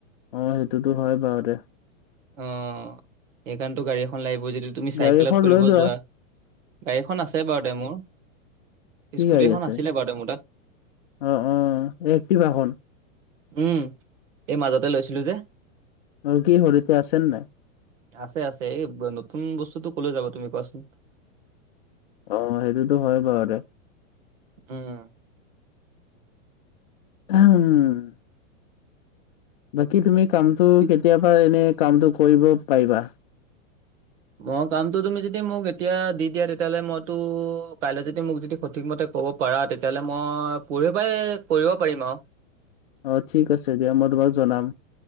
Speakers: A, on the left; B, on the right.
A: অ সেইটোতো হয় বাৰু দে।
B: অ সেইকাৰনেটো গাড়ী এখন লাগিব যদি তুমি চাইকেলত
A: গাড়ী এখন
B: কৰিব
A: লৈ লোৱা
B: যোৱা, গাড়ীখন আছে বাৰু দে মোৰ।
A: কি
B: স্কুটি
A: গাড়ী
B: এখন
A: আছে
B: আছিলে বাৰু দে মোৰ তাত।
A: অ অ একটিভা খন?
B: উম এই মাজতে লৈছিলো যে।
A: আৰু কি হ'ল এতিয়া আছে নে নাই?
B: আছে আছে এই নতুন বস্তুতটো কলৈ যাব তুমি কোৱাচোন?
A: অ সেইটোতো হয় বাৰু দে।
B: উম।
A: উম। বাকী তুমি কামতটো
B: পি-
A: কেতিয়াপা এনে কামটো কৰিব পাৰিবা?
B: মই কামটো তুমি যদি মোক এতিয়া দি দিয়া তেতিয়াহ'লে মইতো কাইলৈ যদি মোক যদি সঠিকমতে ক'ব পৰা, তেতিয়াহ'লে মই পৰহি পৰাই কৰিব পাৰিম আৰু।
A: অ ঠিক আছে দিয়া মই তোমাক জনাম।